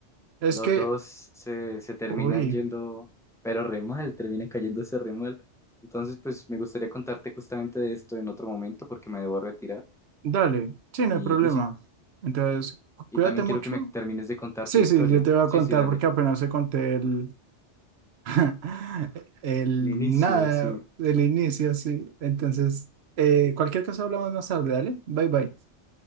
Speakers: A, on the right; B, in the centre.
A: es
B: Los
A: que,
B: dos se, se terminan
A: uy.
B: yendo, pero re mal, terminan cayéndose re mal. Entonces, pues me gustaría contarte justamente de esto en otro momento porque me debo retirar.
A: Dale, sí, no
B: Y,
A: hay problema.
B: y sí,
A: Entonces, cu-
B: y
A: cuídate
B: también
A: mucho.
B: quiero que me termines de contar
A: Sí,
B: tu historia.
A: sí, yo te voy a
B: Sí,
A: contar
B: sí, dale.
A: porque apenas se conté el, <laughs> el
B: El inicio,
A: nada
B: sí.
A: del inicio, sí. Entonces, eh, cualquier cosa hablamos más tarde, dale. Bye, bye.